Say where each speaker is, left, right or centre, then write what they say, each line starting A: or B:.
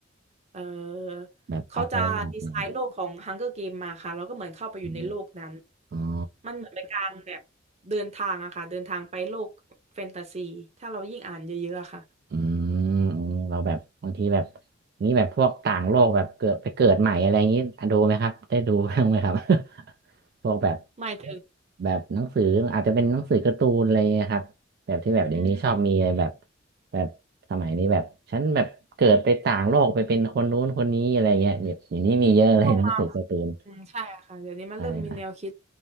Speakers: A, on the right (about 35°); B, on the right (about 55°).
A: เออเขาจะดีไซน์โลกของ
B: แบบเอาตัวรอดอะไรอย่างเงี้ย
A: Hunger Game มาค่ะเราก็เหมือนเข้าไปอยู่ในโลกนั้น
B: อมอ๋อ
A: มันเหมือนเป็นการแบบเดินทางอะค่ะเดินทางไปโลกแฟนตาซีถ้าเรายิ่งอ่านเยอะๆอะค่ะ
B: อืมอืมเราแบบบางทีแบบนี้แบบพวกต่างโลกแบบเกิดไปเกิดใหม่อะไรอย่างนี้อ่ะดูไหมครับได้ดูบ้างไหมครับ <laughs> พวกแบบ
A: หมายถึง
B: แบบหนังสืออาจจะเป็นหนังสือการ์ตูนอะไรอย่างเงี้ยครับแบบที่แบบเดี๋ยวนี้ชอบมีอะไรแบบ
A: อืม
B: แบบสมัยนี้แบบฉันแบบเกิดไปต่างโลกไปเป็นคนนู้นคนนี้อะไรเงี้ยแบบอย่างนี้มีเยอะเลยหนังสือการ์ตูน
A: พวกมาอืมใช่อะค่ะเดี๋ยวนี้มันเริ่มมีแนวคิด
B: ใช่นะ